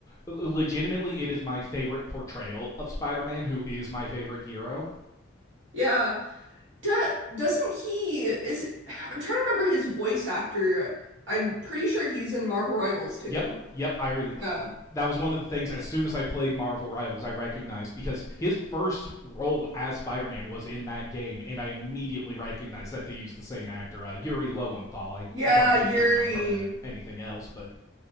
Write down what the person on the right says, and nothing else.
Yeah, Do doesn't he is I'm trying to remember his voice actor. I'm pretty sure he's in Marvel Rivals too.
Yeah.
Yeah,
Yuri.